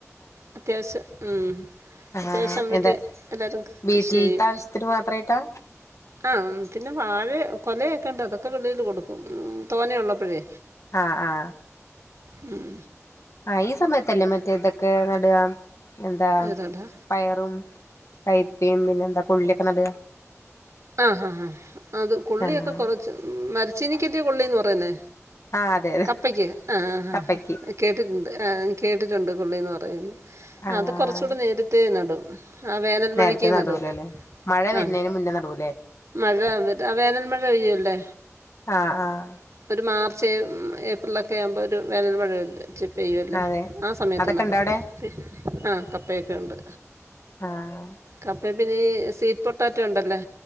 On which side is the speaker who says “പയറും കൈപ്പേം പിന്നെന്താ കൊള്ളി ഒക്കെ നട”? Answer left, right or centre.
Left